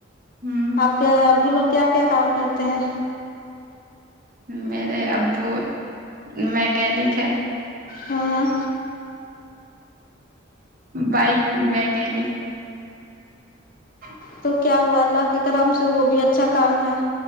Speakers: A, on the right (about 45°); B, on the left (about 45°).
A: ہ
B: آپ کیا ابو لوگ کیا کیا کام کرتے ہیں
A: میرے ابو میکینک ہے
B: ہاں
A: بائک میکینک ہ
B: تو کیا ہوا اللہ کے کرم سے وہ بھی اچھا کام ہے